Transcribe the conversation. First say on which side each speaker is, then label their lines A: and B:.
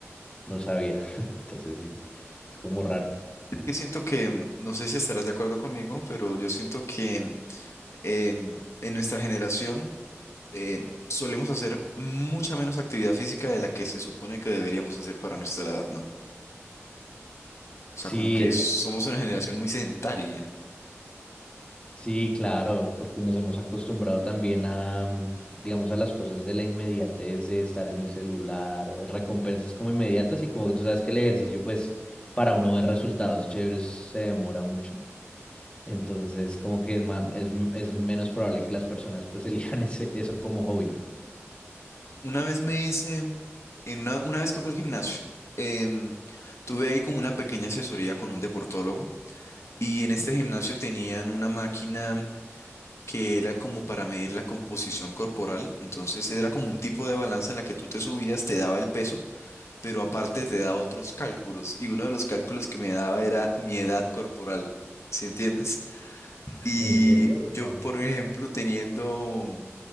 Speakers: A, on the left; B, on the left.
A: no sabía. <laughs> Entonces sí, es como raro.
B: Yo siento que, mm, no sé si estarás de acuerdo conmigo, pero yo siento que mm, em, en nuestra generación eh, solemos hacer mucha menos actividad física de la que se supone que deberíamos hacer para nuestra edad, ¿no? O sea,
A: Sí,
B: como que
A: es-
B: somos una generación muy sedentaria.
A: sí, claro, porque nos hemos acostumbrado también a, mm, digamos, a las cosas de la inmediatez de estar en el celular o de recompensas como inmediatas y como que tú sabes que el ejercicio, pues, para uno ver resultados chéveres se demora mucho. Entonces, como que es, ma- es, es menos probable que las personas pues <laughs> elijan ese, eso como hobby, ¿no?
B: Una vez me hice, en una, una vez que fue al gimnasio, em, tuve ahí como una pequeña asesoría con un deportólogo y en este gimnasio tenían una máquina que era como para medir la composición corporal, entonces era como un tipo de balanza en la que tú te subías, te daba el peso, pero aparte te daba otros cálculos y uno de los cálculos que me daba era mi edad corporal, ¿sí entiendes? Y
A: ¿En serio?
B: yo,
A: No,
B: por
A: no.
B: ejemplo, teniendo...